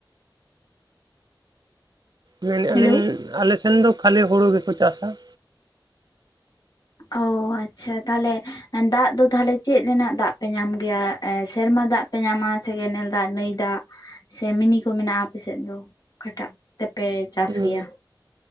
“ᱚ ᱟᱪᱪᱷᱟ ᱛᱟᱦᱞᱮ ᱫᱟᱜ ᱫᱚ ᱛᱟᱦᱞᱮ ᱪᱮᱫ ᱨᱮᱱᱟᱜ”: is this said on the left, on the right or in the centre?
Left